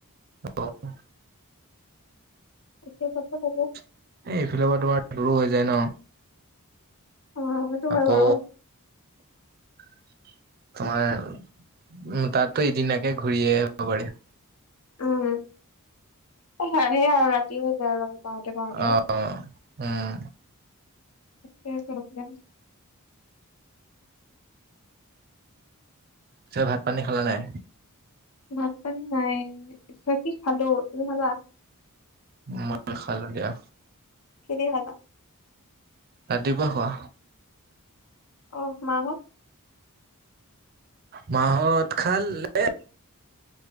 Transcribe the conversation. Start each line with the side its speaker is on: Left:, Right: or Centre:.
Right: অ'।
Left: এতিয়া চাব লাগে।
Right: এ, এইফালে পৰা তোমাৰ দূৰো হৈ যায় ন।
Left: অটো
Right: আকৌ
Left: ভাল বাৰ
Right: <inaudible> তোমাৰ উ, তাতাতো এইদিন আকে ঘূৰি আহিব পাৰি।
Left: উম, সেয়া আৰু ৰাতি হৈ যায়। পাওঁতে পাওঁতে
Right: অ', অ', উম।
Left: সেতোয়ে প্ৰব্লেম।
Right: চে, ভাত, পানী খালা নাই।
Left: ভাত পানী নাই <unintelligible> খালো তুমি খালা?
Right: মই খালো দিয়া।
Left: কিহে খালা?
Right: ৰাতিপুৱা খোৱা।
Left: অ, মা, হঁত
Right: মা হঁত খা লে।